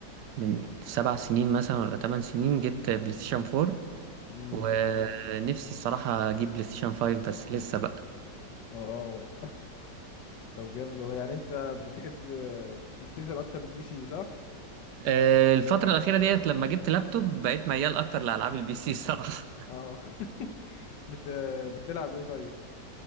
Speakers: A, on the right; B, on the left.
A: من سبع سنين مثلا ولا تمن سنين جبت بلاي ستيشن 4
B: امم
A: ونفسي الصراحة اجيب بلاي ستيشن 5 بس لسه بقى
B: اه آه. طب جامد والله يعني انت بتحب آه، البلاي ستيشن اكتر من البي سي صح
A: آه الفترة الأخيرة ديت لما جبت لابتوب بقيت ميال أكتر لألعاب البي سي الصراحة <laughs>
B: اه <laughs> بت... بتلعب ايه طيب